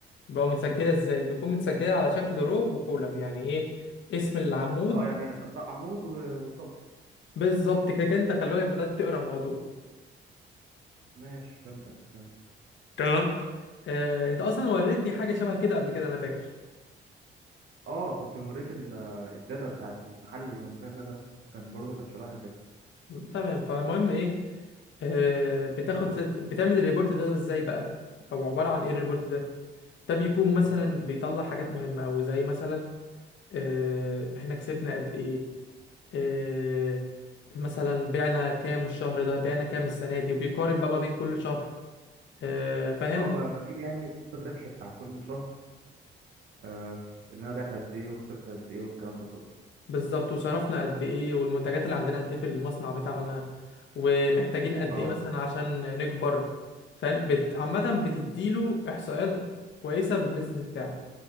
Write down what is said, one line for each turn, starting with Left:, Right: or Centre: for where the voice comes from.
Left: بقى متسجله ازاي بيكون متسجله على شكل رو وكولم يعني ايه اسم العمود
Right: اه يعني عمود و- وصف
Left: بالظبط كده كده انت خلي بالك بدات تقرا الموضوع
Right: ماشي فهمتك فهمتك
Left: تمام آه، انت اصلا وريتني حاجه شبه كده قبل كده انا فاكر
Right: اه كنت موريك ال... الداتا بتاعت المحل اللي جنبنا ده كان برضو كانت شبهها كده
Left: تمام فالمهم ايه آه، بتاخد بتعمل الريبورت ده ازاي بقى او عباره عن ايه الريبورت ده ده بيكون مثلا
Right: مم.
Left: بيطلع حاجات مهمة أوي زي مثلا آه، احنا كسبنا قد ايه آه، مثلا بعنا كام الشهر ده بعنا كام السنة دي وبيقارن بقى ما بين كل شهر آه، فاهم
Right: اه ب- بجيب يعني صافي الربح بتاع كل شهر آه ان انا بعت قد ايه وخسرت قد ايه والكلام ده كله
Left: بالظبط وصرفنا قد ايه والمنتجات اللي عندنا قد ايه في المصنع بتاعنا ومحتاجين قد
Right: اه
Left: ايه مثلا عشان نكبر فاهم بت... عامة بتديله احصائيات كويسة بالبيزنس بتاعه